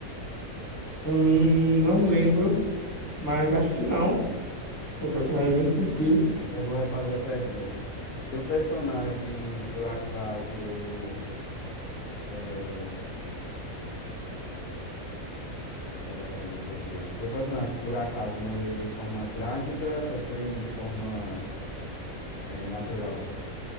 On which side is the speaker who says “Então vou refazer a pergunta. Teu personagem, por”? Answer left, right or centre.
Left